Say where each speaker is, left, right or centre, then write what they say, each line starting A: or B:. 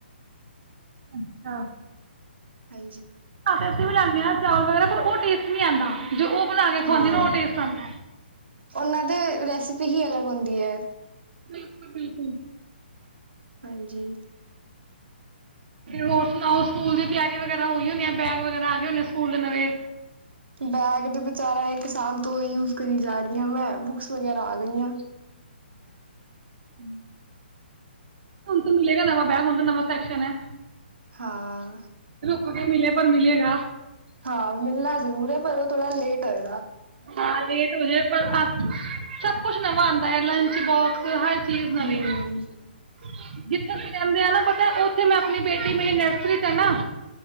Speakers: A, on the right; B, on the right.
A: ਅੱਛਾ ਅੱਛਾ
B: ਹਾਂ
A: ਹ ਤੇ ਅਸੀਂ ਵੀ ਲੈਣਾ ਚਾਵਲ ਵਗੈਰ ਪਰ ਉਹ ਟੇਸਟ ਨੀ ਆਉਂਦਾ ਜੋ ਉਹ ਬਣਾ ਕੇ ਖਵਾਉਂਦੀ
B: ਹਾਂ।
A: ਨਾ ਉਹ ਟੇਸਟ ਆਉਂਦਾ
B: ਉਹਨਾਂ ਦੇ ਰੈਸਪੀ ਹੀ ਅਲੱਗ ਹੁੰਦੀ ਹੈ
A: ਬਿਲਕੁਲ ਬਿਲਕੁਲ
B: ਹਾਂਜੀ
A: ਹੋਰ ਸੁਣਾਓ ਸਕੂਲ ਦੀ ਤਿਆਰੀ ਵਗੈਰਾ ਹੋ ਗਈ ਹੋਣੀ ਬੈਗ ਵਗੈਰਾ ਆ ਗਏ ਹੋਣੇ ਸਕੂਲ ਦੇ ਨਵੇਂ
B: ਬੈਗ ਤੇ ਵਿਚਾਰਾ ਇੱਕ ਸਾਲ ਤੋਂ ਹੀ ਯੂਜ ਕਰੀ ਜਾ ਰਹੀ ਹਾਂ ਮੈਂ। ਬੁੱਕਸ ਵਗੈਰਾ ਆ ਗਈਆਂ।
A: ਹਮ <inaudible> ਹੁਣ ਤਾਂ ਮਿਲੇਗਾ ਨਵਾਂ ਬੈਗ ਹੁਣ ਤਾਂ ਨਵਾਂ ਸੈਸ਼ਨ ਹੈ।
B: ਹਾਂ
A: ਕ <inaudible> ਮਿਲੇ ਪਰ ਮਿਲੇਗਾ
B: ਹਾਂ ਮਿਲਣਾ ਜ਼ਰੂਰ ਹੈ ਪਰ ਉਹ ਥੋੜਾ ਲੇਟ ਹੋਏਗਾ।
A: ਹਾਂ ਲੇਟ ਹੋ ਜਾੇ ਪਰ ਸਭ ਕੁਛ ਨਵਾਂ ਆਉਂਦਾ ਆ ਲੰਚ ਬੋਕਸ ਹਰ ਚੀਜ਼ ਨਵੀਂ
B: ਹਮ
A: ਜਿੱਥੇ ਤੁਸੀਂ ਰਹਿੰਦੇ ਆ ਨਾ ਪਤਾ ਉੱਥੇ ਮੈਂ ਆਪਣੀ ਬੇਟੀ ਮੇਰੀ ਨਰਸਰੀ ਚ ਹੈ ਨਾ